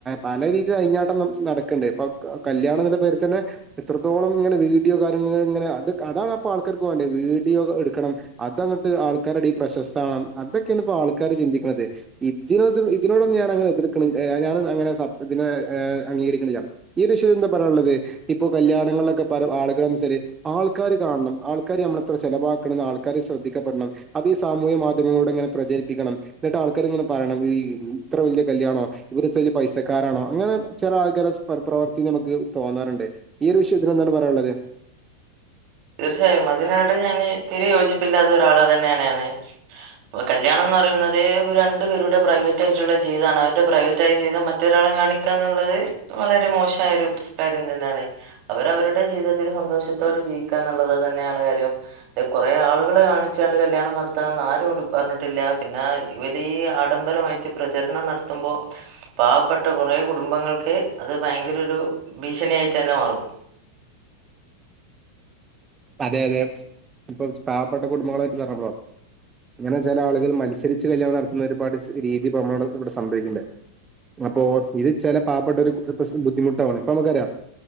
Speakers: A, on the right; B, on the right.
A: പല രീതി അയിഞ്ഞാട്ടം നടക്കണ്ട് ഇപ്പൊ കല്യാണത്തിന്റെ പേര് തന്നെ. എത്രത്തോളം ങ്ങനെ വീഡിയോ കാര്യങ്ങള് ഇങ്ങനെ അത് അതാണ് അപ്പ ആൾക്കാർക്ക് വേണ്ടത് വീഡിയോ എടുക്കണം. അതങ്ങട്ട് ആൾക്കാരെടീ പ്രശസ്താവാനം അതൊക്കേണ് പ്പോ ആൾക്കാര് ചിന്തിക്കണത് ഇതിനോ ഇതിനോടൊന്നും ഞാനങ്ങനെ എതിർക്കണ ഞാന അങ്ങനെ സപ് ഇതിനെ ഏഹ് അംഗീകരിക്കനില്ല ഈ വിഷയ എന്താ പറയാള്ളത്. ഇപ്പൊ കല്യാണങ്ങളിലൊക്കെ പല ആളുകളൾനുസരി ആൾക്കാര് കാണണം. ആൾക്കാര് നമ്മളെത്ര ചെലവാക്കണന്നാൾക്കാര് ശ്രദ്ധിക്കപ്പെടണം. അത് ഈ സാമൂഹ്യ മാധ്യമങ്ങലൂടങ്ങനെ പ്രചരിപ്പിക്കണം. ന്നിട്ട് ആൾക്കാരിങ്ങനെ പറയണം ഈ ഇത്ര വല്യ കല്യാണോ ഇവിടുത്തെല്യ പൈസക്കാരാണോ അങ്ങനെ ചില ആൾക്കാര സ് പ്രവർത്തി നമുക്ക് തോന്നാറുണ്ട്. ഈ ഒരു വിഷയത്തിലെന്താണ് പറയാള്ളത്.
B: തീർച്ചയായും അതിനാട് ഞാന് തീരെ യോജിപ്പില്ലാത്തൊരാള്ന്നേണാണാ ണ് കല്യാണന്ന്റയുന്നത് ഒരു രണ്ടു പേരുടെ പ്രൈവറ്റായിട്ടുള്ള ജീവിതാണ്. അവരുടെ പ്രൈവറ്റായ ജീവിതം മറ്റൊരാളെ കാണി ക്കാന്നുള്ളത് വളരെ മോശയൊരു കാര്യം തന്നെണ്. അവരവരുടെ ജീവിതത്തില് സന്തോഷത്തോടെ ജീവിക്കാ. ന്നുള്ളത് തന്നെയാണ് കാര്യം കൊറെ ആളുകളെ കാണിച്ചാണ്ട് കല്യാണം നടത്തണംന്ന് ആരോടും പറഞ്ഞിട്ടില്ല പിന്നെ ഇവലീ ആഡംബരായിട്ട് പ്രചരണം നടത്തുമ്പോ പാവപ്പെട്ട കുറെ കുടുംബങ്ങൾക്ക് അത് ഭയങ്കര ഒരു ഭീഷണിയായി തന്നെ മാറും
A: അതെ അതെ ഇപ്പൊ പാവപ്പെട്ട കുടുംബങ്ങളായിട്ട് പറഞ്ഞപ്പൊ ഇങ്ങനെ ചെല ആളുകള് മത്സരിച്ച് കല്യാണം നടത്തുന്ന ഒരുപാട് രീതി ഇപ്പമ്മോടെ ഇവിടെ സംഭവിക്ക്ണ്ട് അപ്പൊ ഇത് ചെല പാവപ്പെട്ട ഒരു പ്രസ് ബുദ്ധിമുട്ടാവാണ് ഇപ്പ അമ്മക്കറിയാ